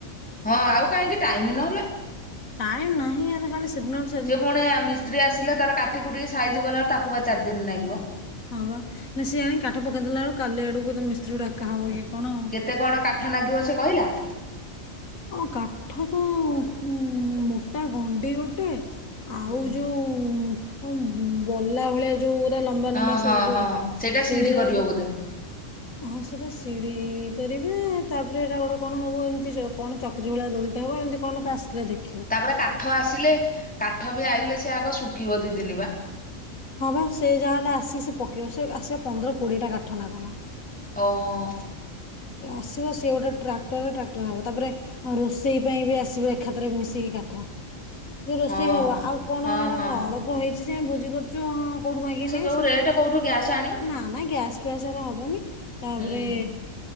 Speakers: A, in the centre; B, on the left (about 80°).
A: ହଁ ଆଉ କାହିଁକି ଟାଇମ ନହଲେ।
B: ଟାଇମ ନାହିଁ ଆରେ ଖାଲି ସେଦିନ ଠୁ
A: ପୁଣିଆ ମିସ୍ତ୍ରୀ ଆସିଲେ ତାର କାଠିକୁ ଟିକେ ସାଇଜ କଲାଟୁ ତାକୁ ବା ଚାରି ଦିନ ନାଗିବ।
B: ହଁ ବା ନା ସେ ସଏ ଆଣଣି କଠ ପେଇଦେଲା ବେ କାଲି ଆଡକୁ ତମ ମିସ୍ତ୍ରୀ କୁଡା ହବ କି କଣ ଆଉ।
A: <unintelligible> କଣ କାଠ ନାଗିବ ସେ କହିଲା?
B: ହଁ କାଠ ତ ଉମ ମୋଟା ଗଣ୍ଡି ଗୋଟେ ଆଉ
A: ହୁଁ
B: ଯୋଉ କଣ ବଲା ଭଳିଆ ଯଉରା ଲମ୍ବା
A: ହଁ
B: ଲମ୍ବା ସବୁ
A: ହଁ
B: ଯଉରା
A: ହଁ ସେଇଟା
B: ସେଇରା
A: ସିଡି କରିବ ବୋଧେ
B: ହଁ ସେଟା ସିଡି କରିବେ ତାପରେ ଏଇଟା ଗୋଟେ କଣ ହବୁ ଏମିତି କଣ ଚକିରିୀ ଭଳିଆ ଦୋଲଟା ହବ ଏମତି କନ ଆସିଲ ଦେଖି
A: ତାପରେ କାଠ ଆସିଲେ କାଠ ବି ଆଇିଲେ ସେ ଆଗ ଶୁଖିବ ଦି ଦିନ ବା
B: ହଁ ବା ସେ ଯାହାହେଲେ ଆସିକି ସେ ପକେଇବ ସେ ଆସିବା ପନ୍ଦର କୋଡିଏ ଟା କାଠ ନା କଣ?
A: ଓହୋ।
B: ସେ ଆସିବ ସିଏ ଗୋଟେ ଟ୍ରାକ୍ଟର ଟ୍ରାକ୍ଟର ହବ ତାପରେ ଆଉ ରୋଷେଇ ପାଇଁ ବି ଆସିବ ଏକାଥରେ ମିଶିକି କାଠ। ଯଉ ରୋଷେଇ
A: ହଁ।
B: ହବ ଆଉ କଣ
A: ହଁ
B: ଏଇଟା
A: ହଁ
B: କଣ ଅଳପ ହେଇଚି ସେ ଭୋଜି କରୁଚୁ ହଁ କୋଉଠୁ ମାଗି କି ନେ
A: ଜଉ ରେଟ କୋଉଠୁ ଗ୍ୟାସ୍ ଆଣିବୁ।
B: ନା ନା ଗ୍ୟାସ ଫ୍ୟାସ ହବନି ତାପରେ
A: ହୁଁ